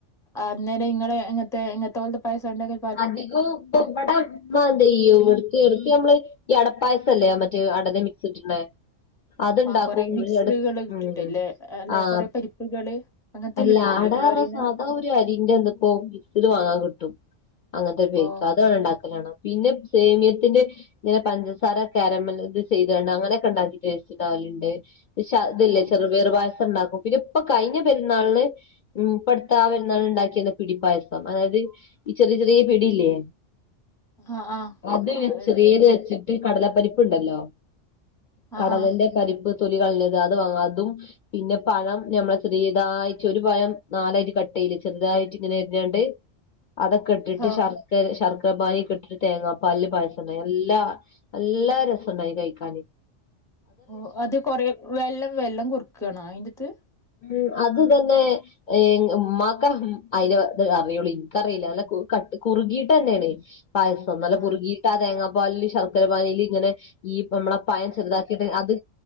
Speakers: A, in the centre; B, on the left (about 50°).
A: അന്നേരം ഇങ്ങളെ എങ്ങനത്തെ എങ്ങനത്തെ പോലത്തെ പായസം എണ്ടാക്കല്
B: അതികോം ഇപ്പ ഇവിട ഉമ്മാന്ത്‌ ചെയ്യും ഇവിടുത്തി എടക്ക് നമ്മള് ഈ അടപ്പായസില്ലേ മറ്റേ അടെട മിക്സ്ട്ടിള്ളെ അതെണ്ടാക്കും
A: ആഹ് കൊറെ മിക്സുകള്
B: എടക്ക്
A: ഇട്ടിട്ടില്ലേ
B: ഉം
A: അല്ല
B: ആഹ്
A: കൊറെ പരിപ്പുകള് അങ്ങനത്തെല്ലേ
B: അല്ല
A: ഇട്ടിട്ടുള്ളൂ
B: അടാ
A: ഇങ്ങള്
B: പറഞ്ഞ
A: പറയുന്നെ
B: സാധാ ഒരു അരിന്റെന്തിപ്പോ മിക്സിഡ് വാങ്ങാൻ കിട്ടും അങ്ങനത്തെ ഉപയോഗിക്കാ
A: ഓഹ്
B: അതാണെണ്ടാക്കല് കാണാ പിന്നെ സേമിയത്തിന്റെ പിന്നെ പഞ്ചസാര കാരമല് ഇത് ചെയ്തണ അങ്ങനെക്കെ ഇണ്ടാക്കീട്ട് ടേസ്റ്റിണ്ടാവലിണ്ട് ശ ഇതില്ലേ
A: ആഹ്
B: ചെറുപയറ് പായസം ഇണ്ടാക്കും. പിന്നെ ഇപ്പ കഴിഞ്ഞ പെരുന്നാളിന് ഉം പ്പടുത്താ പെരുന്നാളിന് ഉണ്ടാക്കിന്ന് പിടിപ്പായസം അതായത് ചെറിയ ചെറിയ പിടില്ലേ
A: ആഹ്
B: അത് വെ
A: ആഹ്
B: ചെറിയത്
A: അതെ
B: വെച്ച കടലപ്പരിപ്പ്ണ്ടല്ലോ കടലന്റെ
A: ആഹ് ആഹ്
B: പരിപ്പ് തൊലി കളഞ്ഞത് അത് വാങ്ങ അതും പിന്നെ പഴം ഞമ്മളെ ചെറിയേതായിട്ട് ഒരു പഴം നാലായിട്ട് കട്ടേയ്യൂലെ ചെറുതായിട്ട് ഇങ്ങനെ അരിഞ്ഞാണ്ട് അതൊക്കെ ഇട്ടിട്ട്
A: ഓഹ്
B: ശർക്കര ശർക്കര പാനി ഒക്കെ ഇട്ടിട്ട് തേങ്ങാപ്പല് പായസം <unintelligible> എല്ലാ നല്ലരസണ്ടായ്ന്ന് കൈക്കാന്
A: ഓഹ് അത് കൊറെ വെള്ളം വെള്ളം കുറക്കാണോ അയിന്റത്
B: ഉം അത തന്നെ ഏഹ് ഉമ്മാക്കാ അയിന്റെ ഇത് അറിയുള്ളൂ ഇൻക്കറിയില്ല നല്ല കട്ട് കുറുകീട്ടന്നേണ് പായസം. നല്ല
A: ആഹ്
B: മുറുകിയിട്ട് ആ തേങ്ങാപ്പാലിൽ ശർക്കര പാനീല് ഇങ്ങനെ ഈ പ്പം നമ്മളെ പയം ചെുതാക്കിയിട്ട് അത്